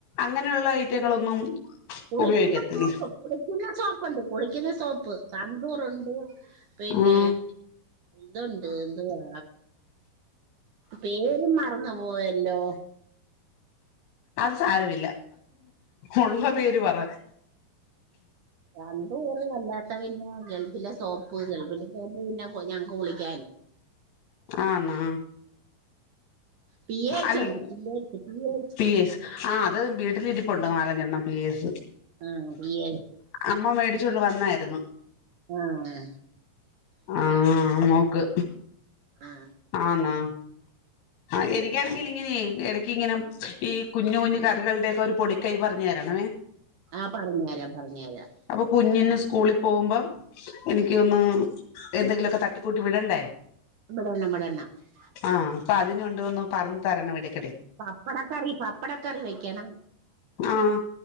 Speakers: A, on the left; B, on the right.
A: അങ്ങനെള്ള ഐറ്റങ്ങളൊന്നും
B: കുളിക്കുന്ന
A: ഉപയോഗിക്കത്തില്ല
B: സോപ്പ് കുളിക്കുന്ന സോപ്പണ്ട് കുളിക്കുന്ന സോപ്പ് സന്തൂർ ഉണ്ട് പിന്നെ
A: ആഹ്
B: ഇതുണ്ട് എന്തുവാ പേരും മറന്ന് പോയല്ലോ
A: അത് സാരമില്ല ഉള്ള പേര് പറ
B: രണ്ടുപേരും വല്ലാ ത്തപിന്നെ ഗൾഫിലെ- സോപ്പ് ഗൾഫില <unintelligible> പ്പ് ഞങ്ങക്ക് കുളിക്കാന്
A: ആന്നോ
B: പിയേഴ്സ്
A: അല്ല
B: ഉണ്ട് പിയേഴ്സ് പിയേഴ്സ്
A: പിയേസ് ആ അത് വീട്ടിലിരിപൊൺ ണ്ട് നാലഞ്ചെണ്ണം പീയേസ്-
B: ആഹ് പിയേഴ്സ്
A: അമ്മ മേടിച്ചൊണ്ട് വന്നായിരുന്നു
B: ആഹ്
A: ആ നോക്ക്
B: ആ
A: ആന്നോ ആ എനിക്കാണെങ്കിൽ പിന്നെ എടക്കിങ്ങനെ ഈ കുഞ് കുഞ് കറികളുടെയൊക്കെ ഒരു പൊടിക്കൈ പറഞ്ഞു തരണേ
B: ആ പറഞ്ഞു തരാം പറഞ്ഞു തരാം
A: അപ്പൊ കുഞ്ഞിന് സ്കൂളിൽ പോകുമ്പം എനിക്ക ഒന്ന് എന്തെങ്കിലൊക്കെ തട്ടിക്കൂട്ടി വിടണ്ടേ
B: <unintelligible>
A: ആഹ് അപ്പൊ അതിനുകൊണ്ട് ഒന്ന് പറഞ്ഞു തരണമെടേ-
B: പപ്പടക്കറി പപ്പടക്കറി വെക്കണം
A: ആഹ്